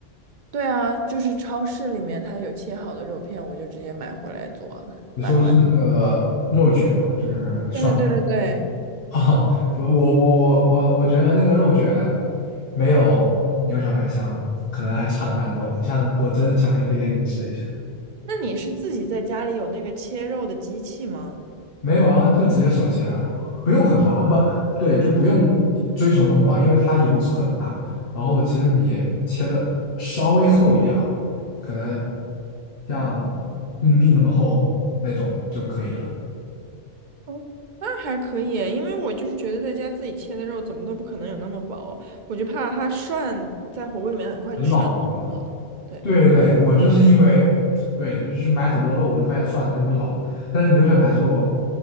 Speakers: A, on the right; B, on the left.
A: 对啊，就是超市里面它有切好的肉片，我就直接买回来做啊，
B: 你说的是那个肉卷吗？
A: 买回来。
B: 就是算
A: 对对对对对。
B: 哦，不，我我我我我觉得那个肉卷没有牛小排香，可能还差的蛮多。你下次我真的强烈推荐你去试一下。
A: 那你是自己在家里有那个切肉的机器吗？
B: 没有啊，就直接手切啊，不用很薄，不对，就不用追求那么薄，因为它油脂很大。然后其实你切的稍微厚一点啊，可能像硬币那么厚那种就可以了，
A: 哦那还可以，因为我就是觉得在家自己切的肉怎么都不可能有那么薄，我就怕它涮在火锅里面很快就涮老了。
B: 很老，对吧？
A: 对，
B: 对对对，我就是因为对，就是买很多肉，我就发现涮了它就会老，但是牛小排是我